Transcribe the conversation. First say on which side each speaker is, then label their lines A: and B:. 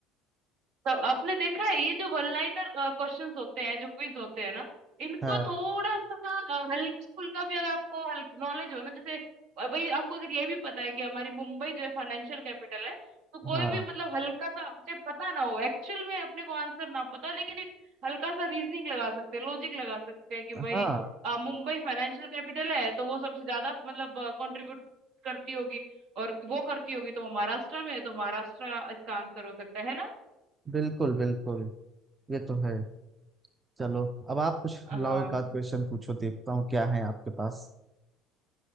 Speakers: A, on the right; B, on the right.
A: तो आपने देखा है ये जो वन लाइनर क्वेश्चंस होते हैं जो क्विज होते हैं ना इनको
B: हाँ
A: थोड़ा सा अ, हल्क स्कूल का भी अगर आपको हल्क नॉलेज हो ना जैसे अ, भाई आपको अगर ये भी पता है कि हमारी मुंबई जो है फाइनेंशियल कैपिटल है तो कोई
B: हाँ
A: भी मतलब हल्का सा मुझे पता ना हो एक्चुअल में अपने को आंसर ना पता हो लेकिन एक हल्का सा रीजनिंग लगा सकते हैं लॉजिक लगा सकते हैं कि
B: हाँ
A: भाई अ, मुंबई फाइनेंशियल कैपिटल है तो वो सबसे ज्यादा मतलब कंट्रीब्यूट करती होगी और वो करती होगी तो वो महाराष्ट्र में है तो महाराष्ट्र इसका आंसर हो सकता है है ना
B: बिल्कुल बिल्कुल ये तो है चलो अब आप कुछ लाओ
A: हाँ
B: एक आध क्वेश्चन पूछो देखता हूँ क्या है आपके पास